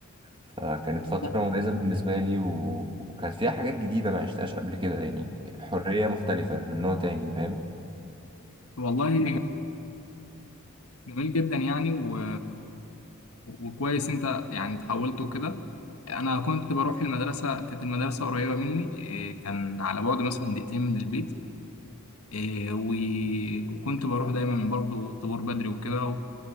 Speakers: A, on the right; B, on the left.
A: فكانت فترة
B: <laughs>
A: مميزة بالنسبة لي و... وكانت فيها حاجات جديدة ما عشتهاش قبل كده يعني حرية مختلفة من نوع تاني فاهم
B: والله جميل جدا يعني و وكويس انت يعني اتحولت وكده انا كنت بروح المدرسه كانت المدرسه قريبه مني إيه، كان على بعد مثلا دقيقتين من البيت إيه، و- وكنت بروح دايما برضو الطابور بدري وكده و-